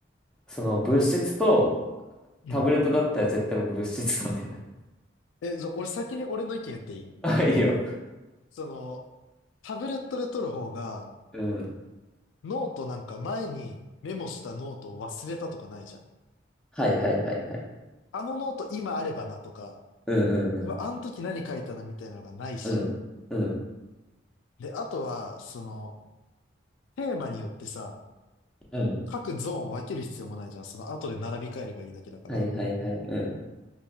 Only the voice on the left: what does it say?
うん。
え、じゃあ俺先に俺の意見言っていい
その、タブレットで取る方が、
ノートなんか前にメモしたノートを忘れたとかないじゃん。
あのノート今あればなとか、
うわ、あの時何書いたなみたいなのがないし、
で、あとは、その、テーマによってさ、
各ゾーンを分ける必要もないじゃん。その後で並び替えればいいだけだから。